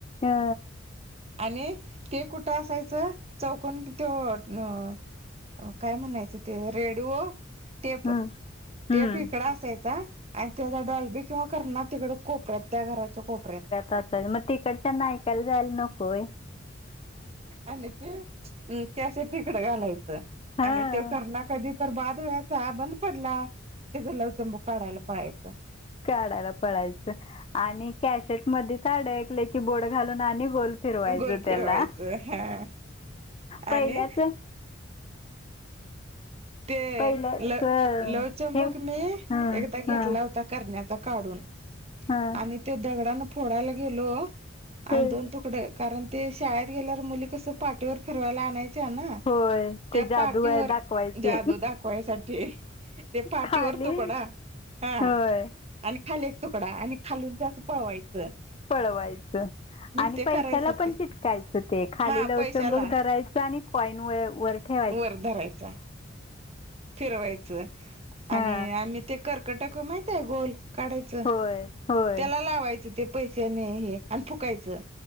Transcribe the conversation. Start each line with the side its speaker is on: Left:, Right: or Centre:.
Left: ह
Right: आणि ते कुठं असायचं चौकून तो न काय म्हणायचं ते रेडओ टेप
Left: हं
Right: टेप
Left: हं
Right: इकड असायचा आणि तेचा डॉल बी किंवा कर्णा तिकड कोपऱ्यात त्या घराच्या कोपऱ्यात
Left: असायचं मग तिकडच्या नायकाला जायला नको होय
Right: आणि ते क्यासेट तिकड घालायचं
Left: हा
Right: आणि तो कर्णा कधी तर बाद वेळाचा बंद पडला कि त्याच लवचंबू काढायला पळायचाश.
Left: काढायला पळायचं आणि कॅशेट मध्ये साड ऐकले की बोड घालून आणि गोल फिरवायच
Right: गोल फिरवायचं
Left: त्याला
Right: हा
Left: पहिल्याच
Right: आणि ते
Left: पहिल्याच
Right: ल लवचंबूक
Left: हे
Right: मी
Left: हं
Right: एकदा घेतला
Left: हं
Right: होता कर्ण्याचा काढून
Left: हं
Right: आणि त दगडने फोडायला गेलो
Left: हे
Right: आणि दोन तुकडे कारण ते शाळेत गेल्यावर मुली कसं पाठीवर फिरवायला आणायच ना
Left: होय
Right: त्या
Left: ते जादू
Right: पाटीवर
Left: आहे दाखवायची
Right: जादू दाखवायसाठी ते पाटी
Left: खाली
Right: वरतो कोणा हा
Left: होय
Right: आणि खाली एक तुकडा आणि खालून ते असं पळवायचं.
Left: पळवायचं. आणि
Right: ते
Left: पैशाला
Right: करायसाठी
Left: पण चिटकायचं ते खाली
Right: हा
Left: लवचंबक
Right: पैशाला
Left: धरायचं आणि कॉईन व वर ठेवा
Right: वर धरायचा फिरवायचं
Left: हा
Right: आणि आम्ही ते कर्कट क माहितय गोल काढायचं
Left: होय होय
Right: त्याला लावायचं ते पैशने हे आणि फुकायचं.